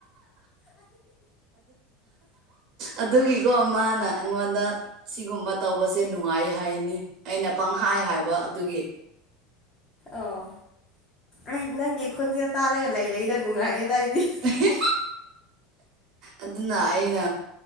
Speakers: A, on the right; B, on the left.
A: ꯑꯗꯨꯒꯤꯀꯣ ꯃꯥꯅ ꯑꯩꯉꯣꯟꯗ ꯁꯤꯒꯨꯝꯕ ꯇꯧꯕꯁꯦ ꯅꯨꯡꯉꯥꯏ ꯍꯥꯏꯅꯤ ꯑꯩꯅ ꯄꯪꯍꯥꯏ ꯍꯥꯏꯕ ꯑꯗꯨꯒꯤ
B: ꯑꯣ ꯑꯩ ꯅꯪꯒꯤ ꯈꯣꯟꯖꯦꯜ ꯇꯥꯜꯂꯒ ꯂꯩꯔꯒꯤꯗ ꯅꯨꯡꯉꯥꯏꯌꯦꯗ ꯑꯩꯗꯤ
A: ꯍꯦ ꯑꯗꯨꯅ ꯑꯩꯅ